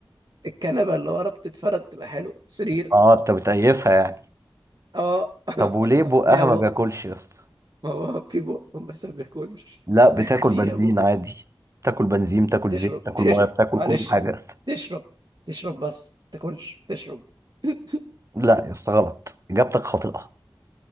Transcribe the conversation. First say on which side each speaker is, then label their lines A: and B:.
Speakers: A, on the right; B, on the right.
A: الكنبه اللي ورا بتتفرد تبقى حلوه سرير
B: اه انت بتقيفها يعني
A: اه <laughs>
B: طب وليه بقها
A: ليها بق
B: ما بياكلش يا اسطى
A: ما هو في بق بس ما بياكلش
B: لا بتاكل
A: ليها
B: بنزين
A: بق
B: عادي بتاكل بنزين بتاكل
A: بتشرب
B: زيت بتاكل
A: تشرب
B: ميه بتاكل
A: معلش
B: كل حاجه يا اسطى
A: تشرب تشرب بس ما تاكلش تشرب <laughs>
B: لا يا اسطى غلط اجابتك خاطئه